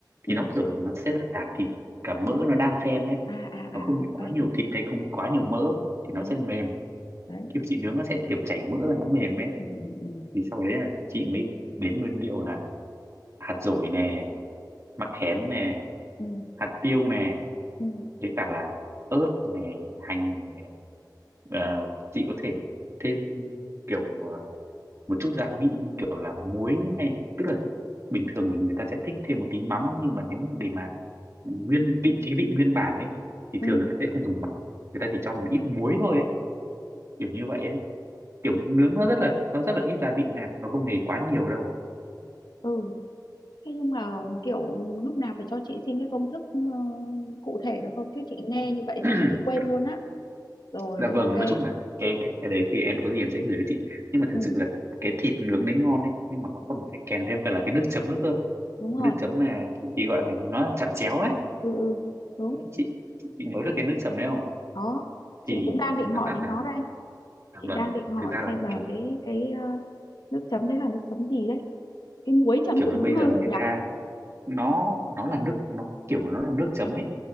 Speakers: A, on the left (about 80°); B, on the right (about 40°).
A: ừ
B: thì nó kiểu là nó sẽ là cả thịt cả mỡ nó đan xen đấy
A: à à
B: nó không
A: à
B: bị
A: ok
B: quá nhiều thịt hay không bị quá nhiều mỡ thì
A: đấy
B: nó sẽ mềm
A: đấy
B: kim chị nướng nó sẽ kiểu chảy mỡ ra nó mềm ấy
A: ừ ừ ừ
B: thì sau đấy là chị mới đến nguyên liệu là hạt dổi nè mắc khén nè
A: ừ
B: hạt tiêu nè
A: ừ
B: với cả là ớt nè hành nè Ờ, chị có thể thêm kiểu ờ, một chút gia vị như kiểu là muối hay tức là bình thường thì người ta sẽ thích thêm một tí mắm ấy, nhưng mà nếu mà để mà nguyên vị trí vị nguyên bản ấy thì
A: ừ,
B: thường người ta sẽ không dùng mắm người ta chỉ cho một ít muối thôi ấy, kiểu như vậy ấy kiểu nướng nó rất là nó rất là ít gia vị nha nó không hề quá nhiều đâu
A: ừ. Thế nhưng mà kiểu lúc nào phải cho chị xin cái công thức ờ, cụ thể được không? Chứ chị nghe như vậy
B: <clears throat>
A: xong rồi chị quên luôn á. Rồi
B: dạ vâng
A: ok.
B: nói chung là cái cái cái đấy thì em có gì em sẽ gửi cho chị nhưng mà
A: Ừ,
B: thật sự là cái thịt nướng đấy ngon ấy nhưng mà nó còn phải kèm thêm cả là cái nước chấm nữa cơ
A: đúng rồi.
B: nước chấm mà chị, chị gọi là nó là chẩm chéo ấy
A: Ừ ừ, đúng.
B: chị, chị, chị nhớ được cái nước chấm đấy không
A: Đó.
B: thì,
A: Chị cũng đang định
B: thì
A: hỏi
B: thật ra
A: đến
B: là
A: nó đây.
B: Dạ
A: Chị
B: vâng,
A: đang định hỏi
B: thực ra là
A: xem là
B: kiểu
A: cái cái ờ, nước chấm đấy là nước chấm gì đấy. Cái muối chấm
B: kiểu là
A: thì
B: bây
A: đúng hơn
B: giờ người
A: nhỉ?
B: ta nó nó là nước nó kiểu nó là nước chấm ấy